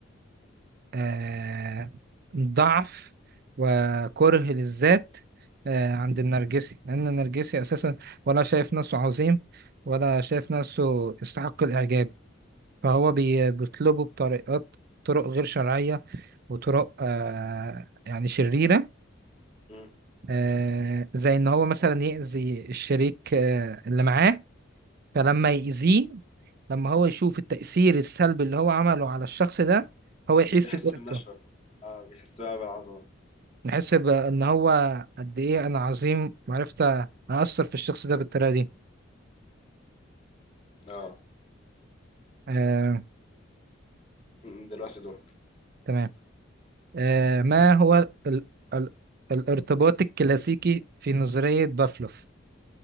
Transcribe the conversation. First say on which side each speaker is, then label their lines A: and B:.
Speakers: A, on the right; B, on the left.
A: آه... ضعف وكره للذات آه... عند النرجسي لأن النرجسي أساسا ولا شايف نفسه عظيم ولا شايف نفسه يستحق الإعجاب فهو بي- بيطلبه بطريقات طرق غير شرعية وطرق آه يعني شريرة
B: مم.
A: آه زي إن هو مثلا يأذي الشريك آه اللي معاه فلما يأذيه لما هو يشوف التأثير السلبي اللي هو عمله على الشخص ده هو يحس
B: بيحس
A: بقيمته
B: بالنشوة اه بيحس بقى بالعظمة
A: يحس بإن هو قد إيه أنا عظيم وعرفت أأثر في الشخص ده بالطريقة دي
B: اه
A: آه
B: مم، دلوقتي دورك
A: تمام آه ما هو ال ال الارتباط الكلاسيكي في نظرية بافلوف